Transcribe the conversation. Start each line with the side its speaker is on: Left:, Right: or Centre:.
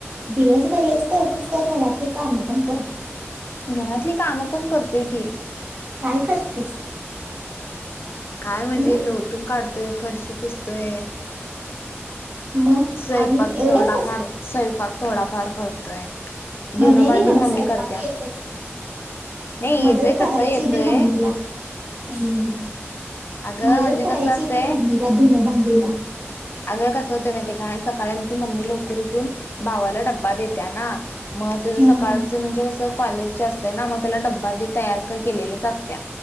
Right: दिवसभर हेच करतीस का घरातली काम पण करतीस.
Left: घरातली काम पण करतूय की.
Right: काय करतेस?
Left: काय म्हणजे
Right: हम्म?
Left: लोटून काढतोय फरशी पुसतोय.
Right: मग
Left: स्ैपाक
Right: आणि एवढंच
Left: थोडाफार स्ैपाक थोडाफार करतोय.
Right: मणसय
Left: धुनं भांडी मम्मी
Right: येते
Left: करत्या.
Right: <unintelligible>
Left: नाही
Right: मदत
Left: येतोय
Right: करायची
Left: तसं येतोय.
Right: बे मम्मीला. हम्
Left: अगं
Right: मदत
Left: म्हणजे
Right: करायची
Left: कसं असतंय
Right: बा मम्मीला धूनं भांडीला.
Left: अगं कसं होतंय माहित आहे का आमची मम्मी सकाळी लवकर उठून भावाला डबा देत्याना. म
Right: हम्म,
Left: ते सकाळचं
Right: हम्म.
Left: म्हणजे असं. कॉलेज असत ना मग त्याला डबबा तयार केलेलीच असत.